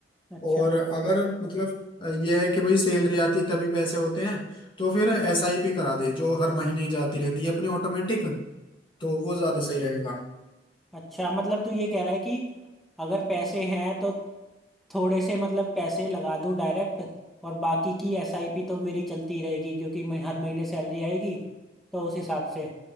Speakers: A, in the centre; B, on the left.
A: अच्छा
B: और अगर मतलब यह है कि भाई सैलरी आती है तभी पैसे होते हैं तो फिर एसआईपी करा दे जो हर महीने जाती रहती है अपने ऑटोमेटिक तो वो ज्यादा सही रहेगा
A: अच्छा मतलब तू ये कह रहा है कि अगर पैसे हैं तो थोड़े से मतलब पैसे लगा दूं डायरेक्ट और बाकी की एसआईपी तो मेरी चलती रहेगी क्योंकि मैं हर महीने सैलरी आएगी तो उस हिसाब से